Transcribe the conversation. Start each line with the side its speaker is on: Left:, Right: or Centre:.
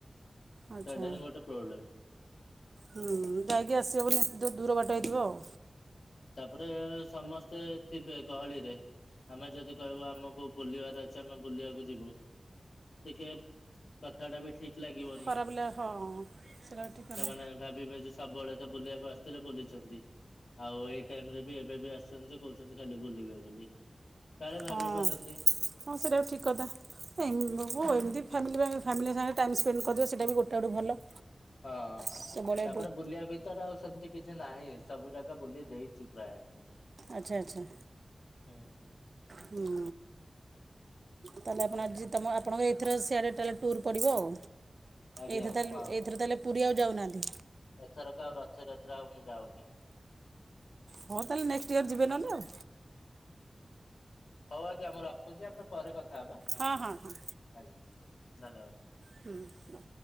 Right: ଆଚ୍ଛା।
Left: ସେଇଟା ହିଁ ଗୋଟେ ପ୍ରୋ୍ବଲେମ୍।
Right: ହୁଁ ଯାଇକି ଆସି ହବନି ଯେଉ ଦୂର ବାଟ
Left: ହଁ।
Right: ହେଇଥିବ ଆଉ।
Left: ତାପରେ ସମସ୍ତେ ଥିବେ ଗହଳିରେ। ଆମେ ଯଦି କହିବା ଆମକୁ ବୁଲିବାର ଅଛି ଆମେ ବୁଲିବାକୁ ଯିବୁ ଟିକେ କଥା ଟା ବି ଠିକ ଲାଗିବନି।
Right: ଖରାପ ଲେ ହଁ ସେଇଟା ବି ଠିକ୍ କଥା
Left: ସେମାନେ ଭାବିବେ ଯେ ସବୁବେଳେ ତ ବୁଲିବାକୁ ଆସିଥିଲେ ବୁଲିଚନ୍ତି। ଆଉ ଏଇ ଟାଇମ ରେ ବି ଏବେ ବି ଆସିଚନ୍ତି ଯେ କହୁଚନ୍ତି ଖାଲି ବୁଲିବେ ବୋଲି। କାଳେ ଭାବି
Right: ହଁ।
Left: ପାରନ୍ତି।
Right: ହଁ ସେଟା ଭି ଠିକ୍ କଥା। ଏ ହଉ ଏମିତି ଫ୍ୟାମିଲି ପାଇଁ ଫ୍ୟାମିଲି ସାଙ୍ଗେ ଟାଇମ୍ ସ୍ପେଣ୍ଡ କରିଦେ ସେଇଟା ବି ଗୋଟେ ଆଡ଼ୁ ଭଲ।
Left: ହଁ।
Right: ସବୁବେଳେ
Left: ତାପରେ ବୁଲିବା ବି ତର ଆଉ ସେମିତି କିଛି ନାହିଁ। ସବୁ ଜାଗା ବୁଲି ଦେଇଚୁ ପ୍ରାଏ।
Right: ଆଚ୍ଛା ଆଚ୍ଛା।
Left: ହୁଁ।
Right: ହୁଁ। ତାହେଲେ ଆପଣ
Left: ଆଉ
Right: ଆଜି
Left: ସେ
Right: ତମ ଆପଣଙ୍କ ଏଥର ସିଆଡ଼େ ତାହେଲେ ଟୁୁର ପଡ଼ିବ ଆଉ।
Left: ଆଜ୍ଞା
Right: ଏଥିରେ ତାଲେ
Left: ହଁ।
Right: ଏଇଥର ତା ହେଲେ ପୁରୀ ଆଉ ଯାଉନାହାଁନ୍ତି?
Left: ଏଥରକ ଆଉ ରଥଯାତ୍ରା ଆଉ ମୁଁ ଯାଉନି।
Right: ହ ତାହାଲେ ନେକସଟ ଇୟର ଯିବେନହେଲେ ଆଉ।
Left: ହଉ ଆଜ୍ଞା ମୁଁ ରଖୁଚି। ଆମେ ପରେ କଥା ହେବା।
Right: ହଁ ହଁ ହଁ
Left: ଆଜ୍ଞା ଧନ୍ୟବାଦ।
Right: ହୁଁ।